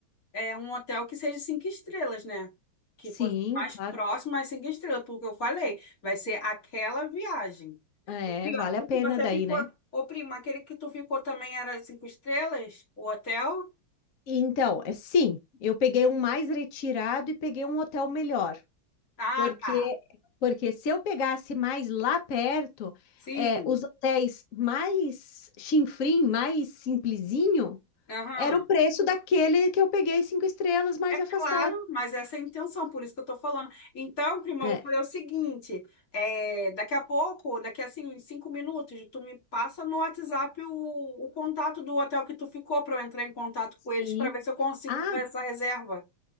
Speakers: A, on the left (about 45°); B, on the left (about 65°).
A: é um hotel que seja cinco estrelas, né? Que
B: Sim,
A: fosse mais
B: claro.
A: próximo às cinco estrelas, porque eu falei, vai ser aquela viagem.
B: É,
A: O que
B: vale
A: o
B: a pena
A: que você
B: daí,
A: ficou,
B: né?
A: ô primo, aquele que tu ficou também era cinco estrelas? O hotel?
B: Então, é sim, eu peguei um mais retirado e peguei um hotel melhor,
A: Ah,
B: porque
A: tá.
B: porque se eu pegasse mais lá perto,
A: Sim.
B: é, os hotéis mais chinfrim, mais simplesinho,
A: Aham.
B: Era o preço daquele que eu peguei cinco estrelas mais
A: É claro,
B: afastado.
A: mas essa é a intenção, por isso que eu tô falando. Então, prima,
B: É,
A: eu vou fazer o seguinte: é, daqui a pouco, daqui a assim, cinco minutos, tu me passa no WhatsApp o, o contato do hotel que tu ficou para eu entrar em contato
B: sim.
A: com eles para ver se eu consigo
B: Ah,
A: fazer essa reserva.